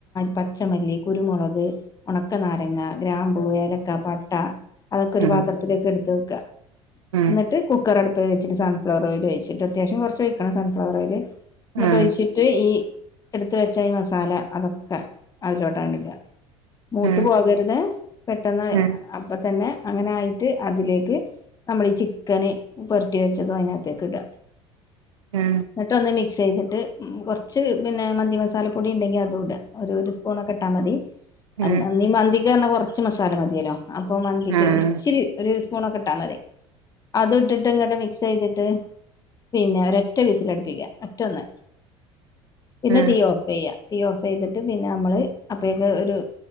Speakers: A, on the left; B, on the right.
A: പച്ചമല്ലി കുരുമുളക് ഉണക്കനാരങ്ങ ഗ്രാമ്പു ഏലക്ക പട്ട അതൊക്കെ ഒരു
B: ആഹ്
A: പാത്രത്തിലേക്ക്
B: ആഹ്
A: എടുത്ത് വയ്ക്ക എന്നിട്ട്
B: ആഹ്
A: കുക്കറ് അടുത്ത് വെച്ചിട്ട് സൺഫ്ലവർഓയിൽ ഒഴിച്ചിട്ട് അത്യാവ്യശ്യം കുറച്ച്ഴിക്കണം സൺഫ്ലവർഓയില് എന്നിട്ട്
B: ആഹ്
A: ഒഴിച്ചി ട്ട് ഈ എടുത്ത് വെച്ച മസാല അതൊകെ അതിലോട്ടങ്ങട്ട് ഇടാ മൂത്തു
B: ഉം
A: പോകരുത് പെട്ടെന്ന്
B: ഉം
A: അപ്പ തന്നെ അങ്ങനെയായിട്ട് അതിലേക്ക് നമ്മള് ചിക്കന് പൊരട്ടി വെച്ചതും അതിനകത്തേക്ക് ഇട
B: ആഹ്
A: ഇന്നിട്ട് ഒന്ന് മിക്സ് ചെയ്തിട്ട് കൊ കൊറ്ച്ച് പിന്നെ മന്തി മസാലപ്പൊടി ഇണ്ടെങ്കി അതുടാ ഒര് സ്പൂണൊക്കെ ഇട്ടാമതി
B: ഉം
A: അല്ലെങ്കി മന്തി ന്തിറങ്ങാ കുറച്ച് മസാല മതിയല്ലോ അപ്പൊ മന്തിക്ക്
B: ആഹ്
A: ഒരി ഇച്ചിരി ഒരു സ്പൂണൊക്കെ ഇട്ടാ മതി. അത് ഇട്ടിട്ട് ഇങട്ട് മിക്സ്യ്തിട്ട് പിന്നെ ഒരൊറ്റ വിസിൽടുപ്പിക്ക ഒറ്റ ഒന്ന് പിന്നെ
B: ആഹ്
A: തീ ഓഫ് ചെയ്യാ തീ ഓഫ് ചെയ്തിട്ട് പിന്നെ നമ്മള് അപ്പഴൊക്കും ഒരു